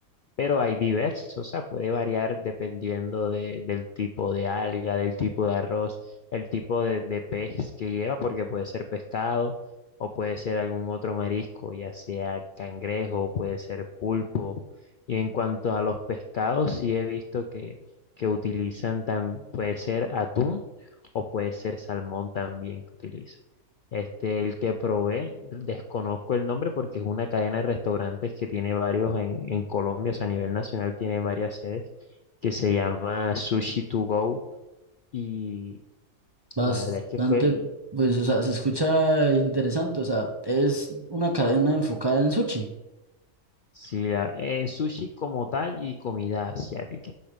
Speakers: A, on the left (about 85°); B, on the right (about 30°).
A: pero hay diversos, o sea, puede variar dependiendo de- del tipo de alga, del tipo de arroz, el tipo de, de pez que lleva, porque puede ser pescado o puede ser algún otro marisco, ya sea cangrejo, puede ser pulpo. Y en cuanto a los pescados, sí he visto que, que utilizan, tan, puede ser atún o puede ser salmón también que utilizan. Este, el que probé, desconozco el nombre porque es una cadena de restaurantes que tiene varios en, en Colombia, o sea, a nivel nacional tiene varias sedes, que se llama Sushi To Go. Y
B: Bastante,
A: la verdad es que fue,
B: pues o sea, se escucha interesante. O sea, es una cadena enfocada en sushi.
A: sí, la- en sushi como tal y comida asiática.